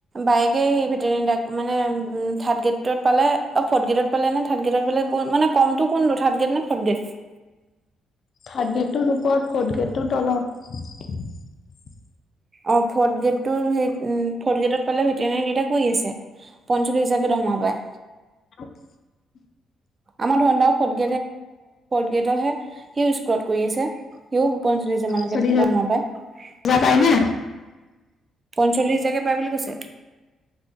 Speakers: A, on the right; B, on the left.
A: বাইকে স ভেট মানে থাৰ্ড গেটত পালে। ফৰ্ড গেডত পালে নে থাৰ্ড গ্ৰেডত প মানে কমটো কোনটো থাৰ্ড গেড নে ফৰ্দ গ্ৰেড
B: থাৰ্ড গেটতোৰ ওপৰত, ফৰ্থ গেটটোৰ তলত।
A: অ', ফৰ্থ গেটোৰ হেৰিত উম, ফৰ্থ গেটত পালে ভেটেনেৰী <unintelligible> কয়ি আছে, পঞ্চলিছ হেজাৰকে দৰ সোমাব পাৰে
B: <inaudible>
A: আমাৰ ধৰণী দা ফৰ্থ গেডহে হয় ত কৰি আছে সিও পঞ্চল্লিশ মানকে
B: চল্লিশ
A: ধম পায়
B: হাজাৰ পাই না
A: পঞ্চল্লিশ হাজাৰ কে পায় বুলি কৈছে